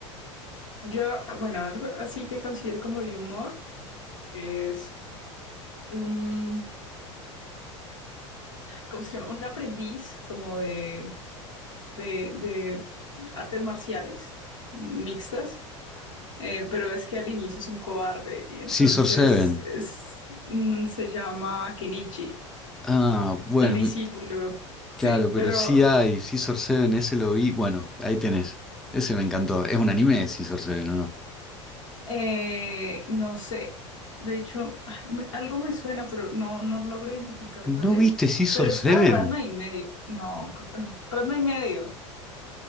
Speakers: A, on the left (about 75°); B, in the centre.
A: Yo, bueno, algo así que considero como de humor es un, ¿cómo se llama? Un aprendiz como de, de, de artes marciales mixtas, eh, pero es que al inicio es un cobarde y entonces
B: Scissor Seven.
A: es- mm, se llama Kenichi.
B: Ah, bueno,
A: El discípulo,
B: mi-
A: sí,
B: claro, pero
A: pero
B: sí hay, Scissor Seven, ese lo vi. Bueno, ahí tenés. Ese me encantó. Es un anime de Scissor Seven, ¿o no?
A: eh, no sé. De hecho, ah, me- algo me suena, pero no, no logro identificar
B: ¿No
A: cuál es.
B: viste Scissor
A: Pero está
B: Seven?
A: Ranma y medio. No, creo que no. Ranma y medio